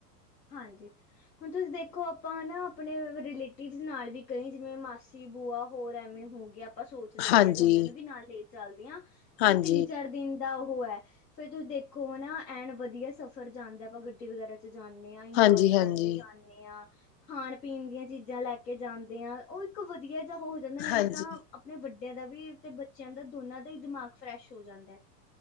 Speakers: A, on the left (about 80°); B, on the left (about 45°).
A: ਹਾਂਜੀ ਹੁਣ ਤੁਸੀਂ ਦੇਖੋ ਆਪਾਂ ਹੈ ਨਾ ਆਪਣੇ ਰਿਲੇਟ ਨਾਲ ਵੀ ਕਈ ਜਿਵੇਂ ਮਾਸੀ ਬੂਆ ਹੋਰ ਐਵੇਂ ਹੋਗੇ ਆਪਾਂ ਸੋਚ ਲੈਂਦੇ
B: ਹਾਂਜੀ
A: ਹਾਂ ਵੀ ਉਹਨਾਂ ਨੂੰ ਵੀ ਨਾਲ ਚੱਲਦੀਆਂ
B: ਹਾਂਜੀ
A: ਵੀ ਤਿੰਨ ਚਾਰ ਦਿਨ ਉਹ ਹੈ ਫੇਰ ਤੁਸੀਂ ਦੇਖੋ ਨਾ ਐਨ ਵਧੀਆ ਸਫ਼ਰ ਜਾਂਦਾ ਆਪਾਂ ਗੱਡੀ ਵਗੈਰਾ ਚ ਜਾ ਨ ਇੰਜੋਏ
B: ਹਾਂਜੀ
A: ਕਰਦੇ
B: ਹਾਂਜੀ
A: ਜਾਂਦੇ ਖਾਣ ਪੀਣ ਦੀਆਂ ਚੀਜ਼ਾਂ ਲੈ ਕੇ ਜਾਂਦੇ ਆਾਂ ਉਹ ਇੱਕ ਵਧੀਆ ਜਿ ਜਾਂ ਨਾਲੇ
B: ਹਾਂਜੀ
A: ਤਾਂ ਆਪਣੇ ਵੱਡਿਆਂ ਦਾ ਵੀ ਤੇ ਬੱਚਿਆਂ ਦਾ ਦੋਨਾਂ ਦਾ ਹੀ ਦਿਮਾਗ ਫਰੈਸ਼ ਹੋ ਜਾਂਦਾ ਹੈ